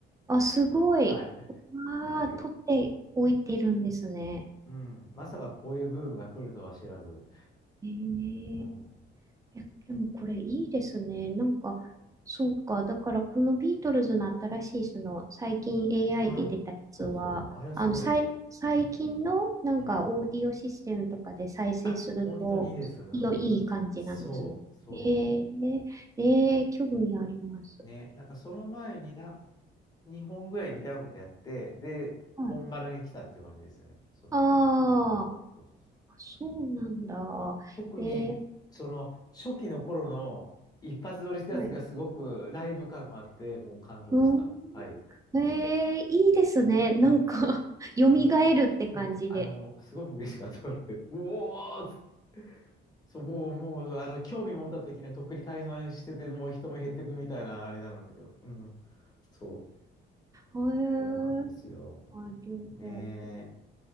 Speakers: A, on the right; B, on the left.
A: あ、すごい。
B: はい。<laughs>
A: わあ、
B: あるよ。
A: 取っておいてるんですね。
B: うん。まさかこういうブームが来るとは知らず。
A: ええ
B: うん。
A: え、でもこれいいですね。なんか、そうか。だからこのビートルズの新しい、その、最近 AI
B: うん。
A: で出たやつは、
B: そうそう。あれはすごい。
A: あの、さい、最近のなんかオーディオシステムとかで再生すると、
B: うん。あ、本当にいいです。うん。
A: いいよ、いい感じなんですね。
B: そう、そ
A: ええええ興味あります。
B: う。ね。なんかその前にな、2本ぐらい似たようなことやって、で、
A: はい。
B: 本丸に来たっていう感じですよね。その、
A: あ
B: にうん。そうそうそう。
A: あ、そうなんだ。
B: 特に、
A: えー
B: その、初期の頃の一発撮りしたやつがすごくライブ感があって、
A: はい。
B: もう感動でした。
A: うん。
B: はい。
A: ええいいですね。
B: うん。
A: なんか <laughs> 蘇るって感じで。
B: もうね、そう、あの、すごく嬉しかった。俺 <laughs> うおーっつそう、もう、もう、あの、興味持った時にはとっくに解散してて、もう人も減ってくみたいな、あれなんだけど。うん。そう、
A: へえ
B: そうなんですよ。
A: あ、両方。
B: ね